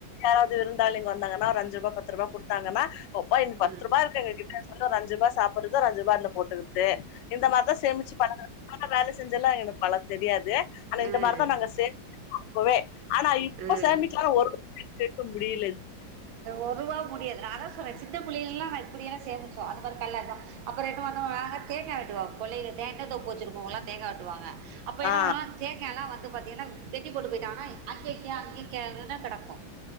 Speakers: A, on the left; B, on the right.
A: யாராவது இருந்தாலு இங்க வாங்கன்னா ஒரு அஞ்சு ரூபா பத்து ரூபா குடுத்தாங்கன்னா ஒப்பா இ பத்து
B: ம்
A: ரூபா இருக்கு எங்க கிட்ட அஞ்சு ரூபா சாப்டுறது ஒரு அஞ்சு ரூபா அதுல போட்டுறது தே இந்த மாதஸ் சேமிச்சு பழகுற ஆ வேல செஞ்செல்லா எனக்கு பல தெரியாது ஆனா
B: ம்
A: இந்த மார்தா நாங்க சேப் அப்போவே ஆனா இப்ப
B: ம் ம்
A: சேமிக்கலான ஒரு சேக்க முடியில
B: ஒரூபா முடியாது நா அதா சொல்ற சின்ன புள்ளைல எல்லா நா இப்டியெல்லா சேமிச்சு <unintelligible> அப்புறோ என்னா பண்ணுவாங்கோ தேங்கா வெட்டுவாங்கோ கொள்ளைல தேங்கா தோப்பு வெச்சுருப்போ <unintelligible> தேங்கா வெட்டுவாங்க அப்ப என்ன
A: ஆ
B: பண்ணுவோனா தேங் தேங்கால்லா வந்து பாத்தீங்கன்னா வெட்டி போட்டு போயிட்டா ஆனா அங்கங்கே அங்கங்கே கெடக்கு